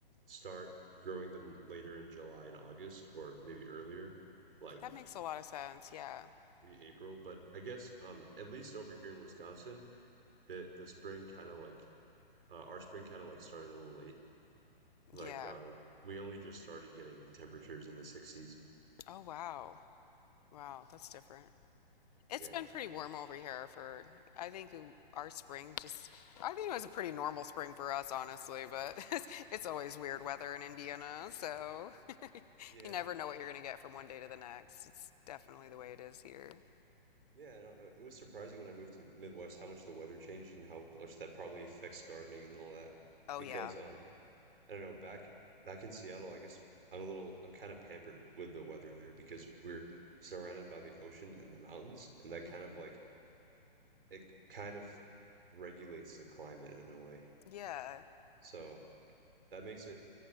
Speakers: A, on the right; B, on the left.
A: start growing them later in July and August, or maybe earlier, like
B: That makes a lot of sense. Yeah.
A: maybe April, but I guess um at least over here in Wisconsin, the the spring kind of like uh, our spring kind of like started a little late. Like
B: Yeah.
A: uh we only just started getting temperatures in the 60s.
B: Oh wow. Wow, that's different. It's
A: Yeah.
B: been pretty warm over here for I think w- our spring just I think it was a pretty normal spring for us honestly, but <laughs> it's, it's always weird weather in Indiana, so
A: Yeah.
B: You never know what you're going to get from one day to the next. It's definitely the way it is here.
A: Yeah, no, uh, it was surprising when I moved to Midwest how much the weather changed and how much that probably affects gardening and all that.
B: Oh,
A: Because
B: yeah.
A: um I don't know, back back in Seattle, I guess I'm a little I'm kind of pampered with the weather there because we're surrounded by the ocean and the mountains and that
B: hmm
A: kind of like it kind of regulates the climate in a way.
B: Yeah,
A: So that makes it,